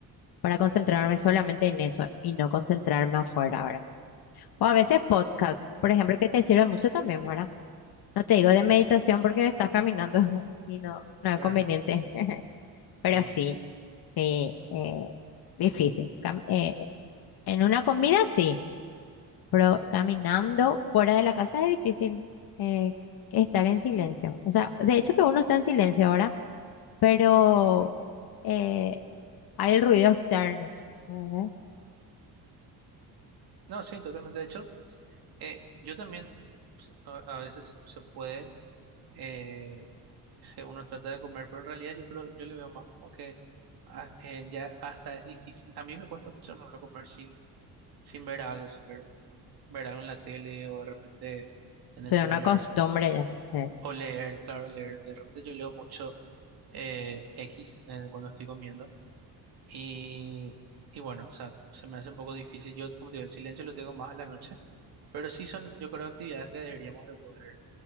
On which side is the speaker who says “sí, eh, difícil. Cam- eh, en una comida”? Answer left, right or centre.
Left